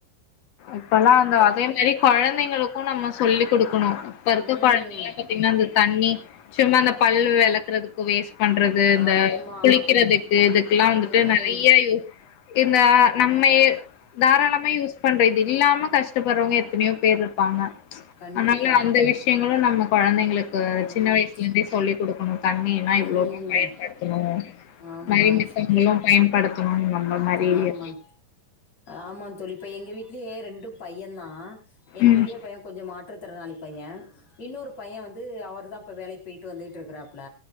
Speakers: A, on the left; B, on the left.
A: இப்பல்லா அந்த
B: கொ
A: அதேமேரி குழந்தைங்களுக்கு நம்ம சொல்லிக் குடுக்கணு பர்து
B: ம்.
A: குழ்ந்திங்லா பாத்தீங்னா அந்த தண்ணி சும்மா அந்த பல்லு விளக்குறதுக் கு வேஸ்ட் பண்றது இந்த
B: ஆமா.
A: குளிக்கிறதுக்கு இதுக்கிலா வந்துட்டு
B: ம்.
A: நெறைய இந்த நம்மே இத் தாராளமா யூஸ் பண்ற இது இல்லாம கஷ்டப்படுறவங்க எத்தனையோ பேரு இர் பாங்க
B: கண்டிப்பா.
A: அத்னால அந்த விஷ்யங்களு நம்ம குழந்தைங்ளுக் கு
B: ம்.
A: சின்ன வய்ச்லந்தே சொல்லி குடுக்குணு தண்ணினா இவ்ளோதா
B: ம்.
A: பயன்படுத்துணு
B: ஆமா.
A: பயன்டு பத்தவங்களு
B: இ
A: பயன்படுத்துணு நம்ம மாரி
B: ஆமாங்
A: இரு
B: ஆமா தோழி இப்ப எங்க வீட்லியே ரெண்டு பையந்தா என
A: ம்
B: பெரிய பைய கொஞ்ச மாற்றுத்திறனாளி பைய இன்னொரு பைய வந்து அவர் தா இப்ப வேலைக் பேயிட்டு வந்துகிட் இருக்கிறா ப்ல